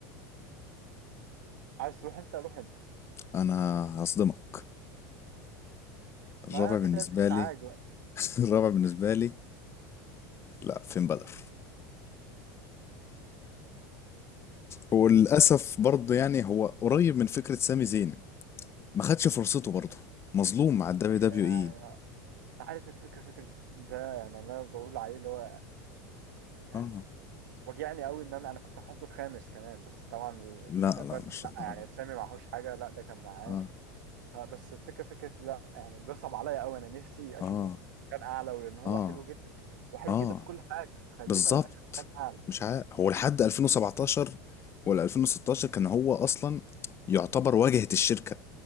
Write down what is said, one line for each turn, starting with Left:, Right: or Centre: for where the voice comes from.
Right: عايز تروح انت روح انت
Left: انا هصدمك
Right: ما
Left: الرابع
Right: تتعبش
Left: بالنسبة لي
Right: عاج بقى
Left: <laughs> الرابع بالنسبة لي لا فين بدر وللأسف برضه يعني هو قريب من فكرة سامي زين ما خدش فرصته برضه مظلوم
Right: عايز
Left: مع
Right: الفكرة-
Left: الدبليو دبليو اي
Right: عارف الفكرة فكرة ده يعني انا بقول عليه اللي هو يعني
Left: اه
Right: وجعني قوي ان انا انا كنت هحطه الخامس كمان بس طبعا ال-
Left: لا
Right: افتكرت
Left: لا مش
Right: لا
Left: للدرجة
Right: يعني سامي معهوش حاجة لا ده كان معاه
Left: اه
Right: فبس الفكرة فكرة لا يعني بيصعب عليا قوي انا نفسي
Left: اه
Right: اشوفه في مكان اعلى ولان هو
Left: اه
Right: حلو جدا وحلو
Left: اه
Right: جدا في كل حاجة فليه
Left: بالظبط
Right: ما يبقاش في مكان اعلى
Left: مش عارف هو لحد 2017 ولا 2016 كان هو أصلا يعتبر واجهة الشركة